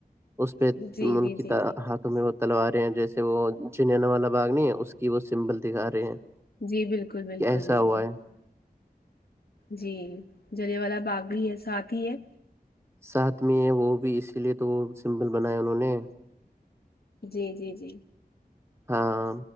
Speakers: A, on the right; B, on the left.
A: اس پہ
B: جی
A: ان
B: جی
A: کی
B: جی جی
A: تمہیں وہ تلو رہے ہیں جیسے وہ جنا والا باغ نہیں ہے اس کی وہ سمبل دکھا رہے ہیں
B: جی بالکل بالکل
A: کہ ایسا
B: بالکل
A: ہوا ہے
B: جی جلی والا باغ بھی ہے ساتھ ہی ہے
A: ساتھ میں ہیں وہ بھی اسی لیے تو وہ سمپل بنائے انہوں نے
B: جی جی جی
A: ہاں